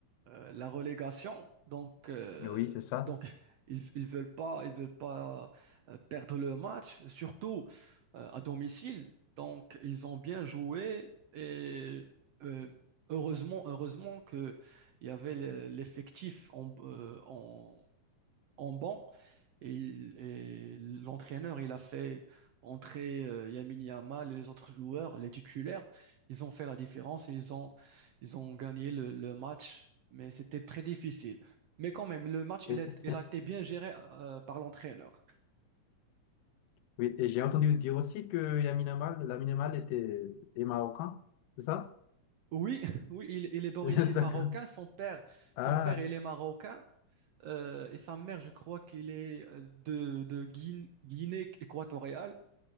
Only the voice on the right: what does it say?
euh, la relégation. Donc, euh,
donc ils, ils veulent pas, ils veulent pas euh, perdre le match, surtout euh, à domicile. Donc, ils ont bien joué et euh, heureusement, heureusement que il y avait le- l'effectif en, euh, en- en banc. Et, il- et l'entraîneur, il a fait entrer euh, Lamine Yamal et les autres joueurs, les titulaires. Ils ont fait la différence et ils ont, ils ont gagné le, le match. Mais c'était très difficile. Mais quand même, le match, il,
est-
il a été bien géré euh, par l'entraîneur.
Oui, <laughs> oui, il, il est d'origine
marocaine. Son père, son
père, il est marocain. Euh, et sa mère, je crois qu'il est euh, de, de Guin- Guinée équatoriale.